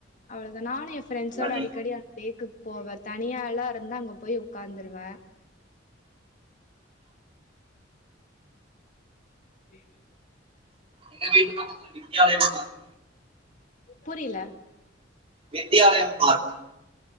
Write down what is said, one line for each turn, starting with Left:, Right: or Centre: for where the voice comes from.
Left: அவ்ளதா நானு எ ஃப்ரண்ட்ஸோட
Right: அதான் நீ
Left: அடிக்கடி லேக்குக் போவே தனியால்லா இருந்தா அங்க போய் உக்காந்துருவே <unintelligible>
Right: எங்க வீட்டு பக்கத்ல வித்யாலயம் பார்க்
Left: புரியில
Right: வித்யாலயம் பார்க்